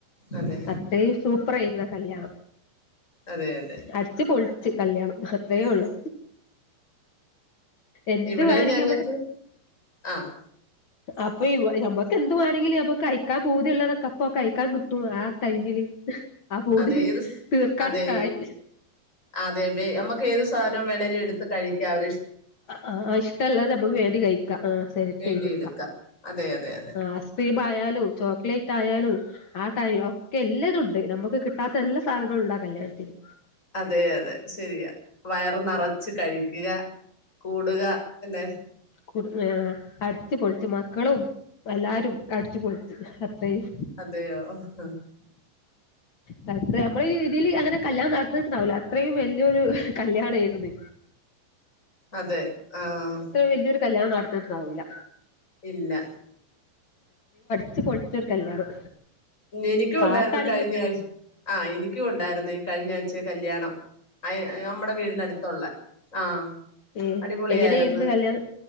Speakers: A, on the left; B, on the left.
A: അതെ
B: അത്രയും സൂപ്പർ ആയിുന്ന കല്യാണം
A: അതെ അതെ
B: അടച്ച് പോൾ കല്യാണം ഇത്രയേ ഉള്ളു എന്ത്
A: ഇവിടെയും
B: വേണെങ്കിമ്മക്ക്
A: ഞങ്ങക്ക് ആഹ്
B: അപ്പൊ മ്മക്ക് എന്തുവാേണെങ്കിലും നമ്മക്ക് അയക്കാൻ പോതിള്ളതൊക്കെ അപ്പ അഴക്കാൻ കിട്ടും ആ ടൈമില് ആ പൂതി
A: അതെ ഏത് സ്
B: തീർക്കാനൊക്കെ
A: അതെ
B: ആയി
A: അതെ നമ്മക്ക് ഏത് സാധനം വേണേൽ എട്ത്ത് കഴിക്കാവലിഷ്
B: അ ഹാ ഇഷ്ട്ടല്ലത് നമ്മക്ക് വേണ്ടി കഴിക്കാം ആഹ് സെലക്ട്‌ചെയ്തെട്ക്കാം.
A: വേണ്ടി എടുക്കാം അതെ അതെ അതെ
B: ആ അസ്ക്രീം ആയാലും ചോക്ലേറ്റ് ട്ടായാലും ആടൈ ഓ ഒക്കെല്ലതുണ്ട് നമ്മക്ക് കിട്ട് കിട്ടാത്ത എല്ലാ സാധനങ്ങളുണ്ട് ആ കല്യാണത്തിന്.
A: അതെ അതെ ശെരിയാ വയറ് നെറ ച്ച് കഴിക്ക്ക. കൂടുക അല്ലെ
B: കുട് ആ അട് ചെത്തി പൊളിച്ച് മക്കളും എല്ലാരും. അടിച്ച് പൊളിച്ച് അത്രയും
A: അതെയോ ആ
B: ത് നമ്മളെ ഈ ഇതില് അങ്ങനെ കല്യാണം നടന്നിട്ട്ണ്ടാവൂല അത്രയും വല്ല്യേരു കല്യാണേര്ന്നു.
A: അതെ ആഹ്
B: വലിയൊരു കല്യാണം നടന്നിട്ട്ണ്ടാവൂല.
A: ഇല്ല
B: ച്ച് പൊളിച്ചോര് കല്യാണം
A: എനിക്കും
B: പാട്ടാണെങ്കിലും
A: ഉണ്ടായിര്ന്നു കഴിഞ്ഞ ആഴ്ച്ച ആഹ് എനി ക്കുണ്ടായിര്ന്നേ കഴിഞ്ഞ ആഴ് ച്ച കല്യാണം അ നമ്മടെ വീടിനട്ത്തുള്ളേ ആഹ്
B: ഏ
A: അടിപൊളിയായിരുന്നു
B: എങ്ങനേര്ന്നു കല്യാണം